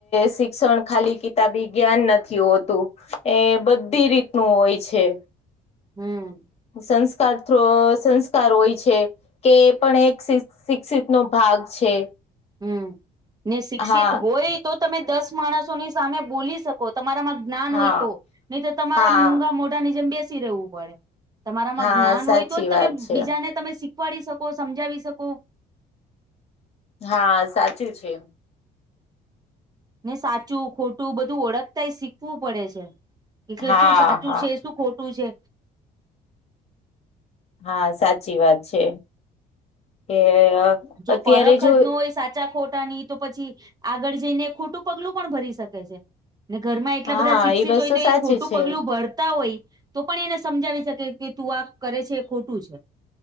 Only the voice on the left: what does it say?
શિક્ષણ ખાલી કિતાબી જ્ઞાન નથી હોતું એ બધી રીતનું હોય છે.
સંસ્કાર થ સંસ્કાર હોય છે. કે એ પણ એક શિક્ષિત નો ભાગ છે.
હા
હા
હા
હા
સાચી
વાત છે
હા સાચું છે.
હા
હા
હા સાચી વાત છે કે-
અત્યારે
જો
હા
એ વસ્તુ
સાચી
છે